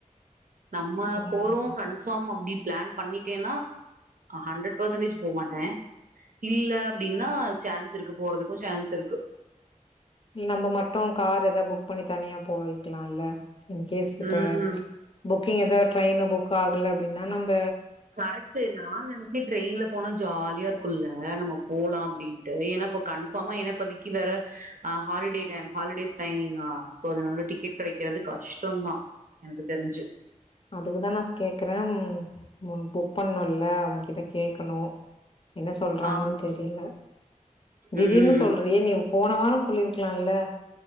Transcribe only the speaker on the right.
நம்ம
போறோ கன் கன்பார்ம் அப்படி பிளான் பண்ணிட்டேன்னா ஹண்ட்ரட் பர்சன்டேஜ் போமாட்டே இல்ல அப்படின்னா சான்ஸ் இருக்கு போறதுக்கும் சான்ஸ் இருக்கு
ம்.
கரெக்டு நா நெனச் இந்த ட்ரெயின்ல போனா ஜாலியா இருக்குல்ல நம்ப போலா அப்படின்ட்டு ஏன்னா இப்போ கன்ஃபார்மா என்ன இப்பதிக்கி வேற ஆ ஹாலிடே டைம் ஹாலிடேஸ் டைமிங்கா சோ அதனால டிக்கெட் கிடைக்காது கஷ்டந்தா எனக்கு தெரிஞ்சு
ஆமா
ம்